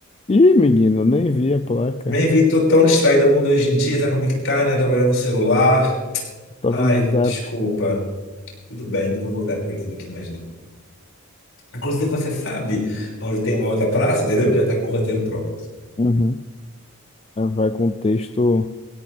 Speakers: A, on the left; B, on the left.
A: Ih, menino, eu nem vi a placa.
B: Nem vi, tô tão distraído o mundo hoje em dia, tá como é que tá, né? Trabalhando no celular.
A: Tava
B: Ai,
A: no Zap.
B: desculpa. Tudo bem, não vou voltar com eles aqui mais não. Inclusive, você sabe onde tem uma outra praça, entendeu? Já tá com o roteiro pronto.
A: Uhum. Ah, Vai com o texto